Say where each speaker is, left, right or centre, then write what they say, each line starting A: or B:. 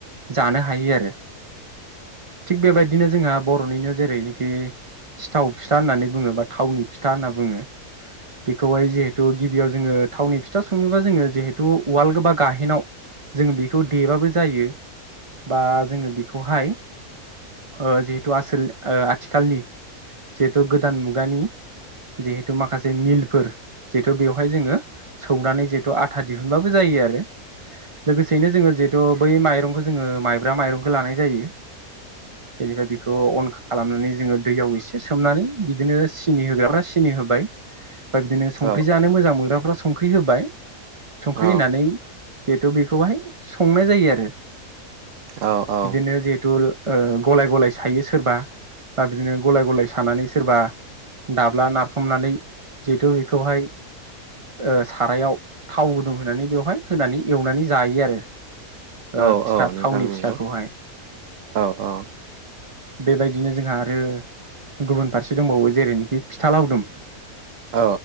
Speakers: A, on the right; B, on the right.
A: जानो हायो आरो थिग बेबायदिनो जोंहाब बर'निनो जेरैनोकि सिथाव फिथा होननानै बुङो बा थावनि फिथा होनना बुङो। बिखौहाय जिहेतु गिब बियाव जोङो थावनि फिथा सङोबा जोङो जहेतु उवाल बा गाहेनाव जों बेखौ देबाबो जायो बा जोंङो बिक खौहाय ओ जिहेथु आसोल ओ आथिखालनि जिहेतु गोदान मुगानि जिहेतु माखासे मिलफोर जिहेतु बेवहाय जोङो सौनानै जिहेतु आथा दिहुनबाबो जायो आरो लोगोसेयैनो जोङो जिहेतुब बै माइरंखो जोङो माइब्रा माइर लानाय जायो। बेनिफ्राय बिखौ अन। खालामनानै जोङो दैयाव एसे सोमनानै बिदिनो सिनि होग्राफ्रा सिनि होबाय। बिब्दिनो संख्रि
B: औ
A: जानो मोजां मोनग्राफ्रा। संख्रि होबाय। संख्रि
B: औ
A: होनानै। जिहेथु बेखौहाय संनाय जायो आरो।
B: औ
A: बिदिनो
B: औ।
A: जेहेथु। ओ गलाय गलाय सायो सोरबा। दा बिदिनो गलाय गलाय सानानै सोरबा दाब्ला नारथ'। हमनानै जिहेतु बेखौहाय ओ सारायाव थाव गुदुं होनानै बेवहाय होनानै एवनानै जायो आरो। ओ
B: औ
A: फिथा
B: औ नोंथां
A: थावनि
B: नंगौ
A: फिथाखौहाय।
B: औ औ।
A: बेबायदिनो जोंहा आरो गुबुन फारसे दंबावो जेरैनोखि फिथा लावदुम।
B: औ